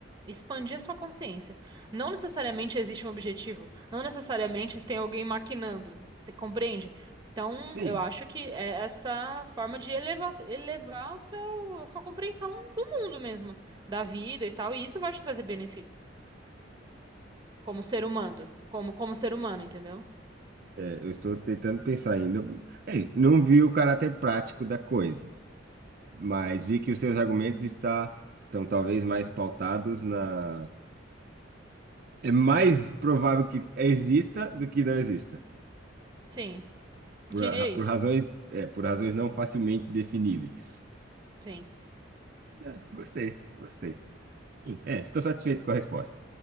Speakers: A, on the right; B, on the right.
A: expandir a sua consciência. Não necessariamente existe um objetivo, não necessariamente tem alguém maquinando, você compreende? Então,
B: Sim,
A: eu acho que é essa forma de elevar, elevar o seu, a sua compreensão do mundo mesmo, da vida e tal, e isso vai te trazer benefícios como ser humano, como, como ser humano, entendeu?
B: é, eu estou tentando pensar ainda. É, não vi o caráter prático da coisa. mas vi que os seus argumentos está, estão talvez mais pautados na... É mais provável que exista do que não exista,
A: Sim,
B: por,
A: diria
B: ra-
A: isso.
B: por razões, é, por razões não facilmente definíveis.
A: Sim.
B: É, gostei, gostei. É, estou satisfeito com a resposta.